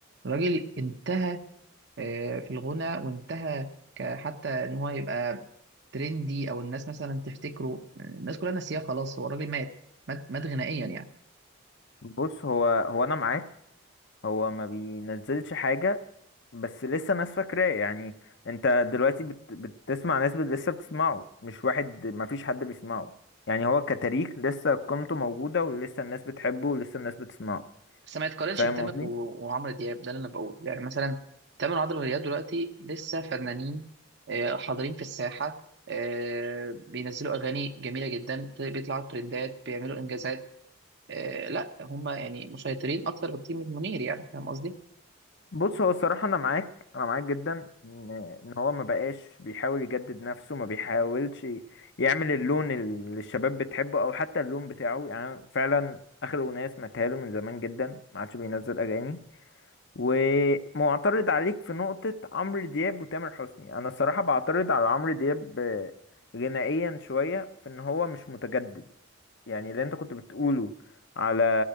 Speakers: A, on the right; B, on the left.
A: الراجل انتهى آه، في الغنى وانتهى ك- حتى ان هو يبقى ترندي او الناس مثلا تفتكره الناس كلها ناسياه خلاص هو الراجل مات مات مات غنائيا يعني
B: بص هو هو انا معاك هو ما بينزلش حاجه بس لسه ناس فاكراه يعني انت دلوقتي بت... بتسمع ناس بت... لسه بتسمعه مش واحد ما فيش حد بيسمعه يعني هو كتاريخ لسه قيمته موجوده ولسه الناس بتحبه ولسه الناس بتسمعه
A: بس ما يتقارنش
B: فاهم
A: بتامر
B: قصدي
A: و- وعمرو دياب ده اللي انا بقوله يعني مثلا تامر وعمرو دياب دلوقتي لسه فنانين آه، حاضرين في الساحه آه، بينزلوا اغاني جميله جدا بيطلعوا ترندات بيعملوا انجازات آه، لا هم يعني مسيطرين اكتر بكتير من منير يعني فاهم قصدي
B: بص هو الصراحة أنا معاك أنا معاك جدا إن إن هو ما بقاش بيحاول يجدد نفسه ما بيحاولش يعمل اللون اللي الشباب بتحبه أو حتى اللون بتاعه يعني فعلا آخر أغنية سمعتها له من زمان جدا ما عادش بينزل أغاني ومعترض عليك في نقطة عمرو دياب وتامر حسني أنا الصراحة بعترض على عمرو دياب آه، غنائيا شوية في إن هو مش متجدد يعني اللي انت كنت بتقوله على